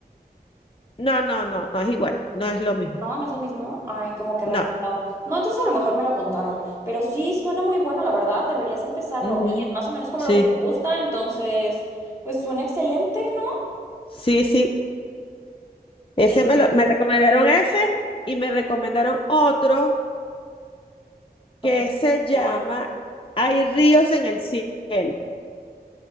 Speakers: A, on the left; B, on the right.
A: No, no, no, no es igual. No es lo mismo.
B: No, no es lo mismo. Ay, como que recordaba.
A: No.
B: No, entonces a lo mejor me lo contaron. Pero sí suena muy bueno, la verdad. Deberías empezarlo.
A: Ujú.
B: Y es más o menos como
A: Sí,
B: lo que te gusta, entonces, pues suena excelente, ¿no?
A: sí, sí. Ese
B: ¿Qué?
A: me lo- me recomendaron ese y me recomendaron otro
B: Ok.
A: que
B: ¿Se
A: se llama
B: llama?
A: Hay ríos en el cielo.